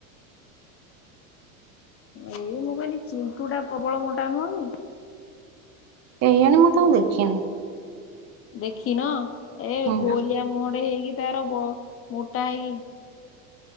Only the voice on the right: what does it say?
କେଇଆଣି ମୁଁ ତାଙ୍କୁ ଦେଖିନି।
ହୁଁ